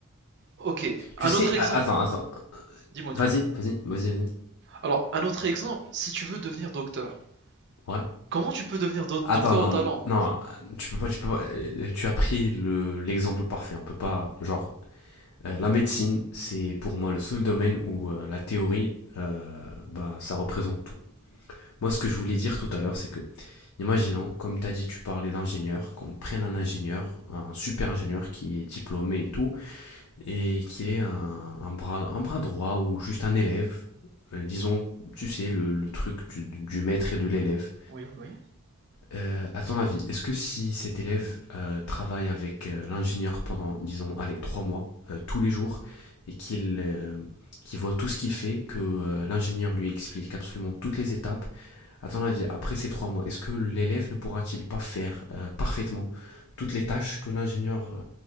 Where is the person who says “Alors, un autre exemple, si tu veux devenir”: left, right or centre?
Right